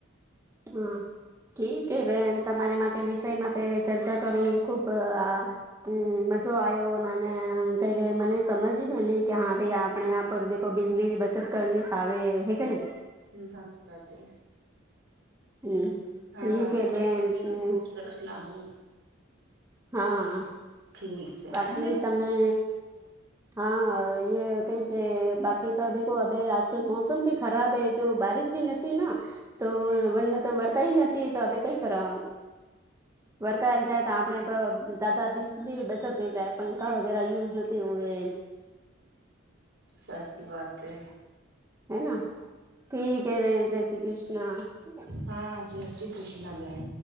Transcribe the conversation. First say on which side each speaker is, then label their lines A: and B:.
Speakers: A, on the right; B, on the right.
A: હા કે
B: હમ
A: તે બેન તમારે માટે તે વિષય માટે ચર્ચા કરની ખુબ હમ, મજો આવ્યો ના, ક મને સમજ મી કે, હા, ભાઈ આપણે. પર દખો, બિજલીની બચત કરની સા આવે, હે કે ને.
B: હમ, સાચી વાત હ.
A: હમ.
B: હ,
A: ઠીક
B: વાત
A: હે બેન
B: મને
A: હમ
B: બી ખુબ સરસ લાગુ.
A: હા.
B: ઠીક. છે
A: બાકી
B: હે બેન
A: તમે, હા. કહી કે, બાકી તો દેખો, અભ આજકાલ મોસમ ભી ખરાબ હૈ, જો બારિશ ભી નથી હતી ના. તો મ વરકાઈ ન તો આપે કઈ કર <unintelligible> વરકાઈ જાય તો, આપે દાદા બી બચત. જાય, પંખા વગેરે યૂઝેઝ નથી હોવે.
B: સાચી વાત છે.
A: હેના, ઠીક. હે રે જય શ્રી કૃષ્ણ, ઠીક.
B: હા, જય શ્રી કૃષ્ણ બેન.